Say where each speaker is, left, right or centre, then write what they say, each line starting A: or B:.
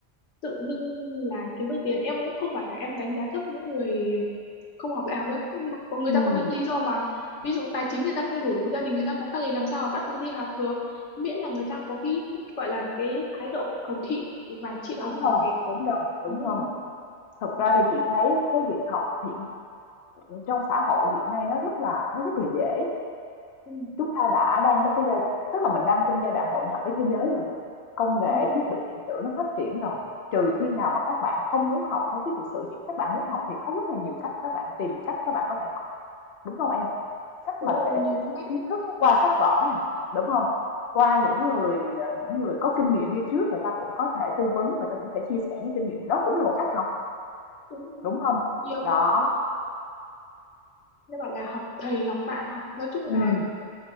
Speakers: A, on the left; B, on the left.
A: tự dưng là kiếm được tiền em cũng không phải là em đánh giá thấp những người không học đại học nữa có người
B: ừm,
A: ta có những lý do mà ví dụ tài chính người ta không đủ gia đình người ta khó khăn thì làm sao mà bắt người ta đi học được miễn là người ta có cái, cái cái gọi là cái thái độ cầu thị và chịu
B: đúng
A: học
B: rồi,
A: hỏi
B: đúng rồi, đúng
A: đúng
B: rồi.
A: không?
B: Thật
A: Đó.
B: ra thì chị thấy cái việc học hiện trong xã hội hiện nay nó rất là nó rất là dễ.
A: Ừ.
B: Chúng ta đã đang trong cái giai tức là mình đang trong giai đoạn hội nhập với thế giới rồi. Công nghệ,
A: đúng
B: thiết
A: rồi.
B: bị điện tử nó phát triển rồi. Trừ khi nào mà các bạn không muốn học thôi chứ thực sự chị các bạn muốn học thì có rất là nhiều cách các bạn tìm cách các bạn có thể học. Đúng không em? Cách
A: đúng
B: mà
A: rồi
B: để
A: nhiều
B: tiếp thu
A: cách
B: kiến thức nó qua sách vở này, đúng không? Qua những
A: đúng,
B: người, ờ, những người có kinh nghiệm đi trước người ta cũng có thể tư vấn, người ta cũng thể chia sẻ những kinh nghiệm, đó cũng là một cách học,
A: đúng.
B: đúng không?
A: nhiều
B: Đó,
A: nên bảo là học thầy học bạn học nói chung
B: ừm,
A: là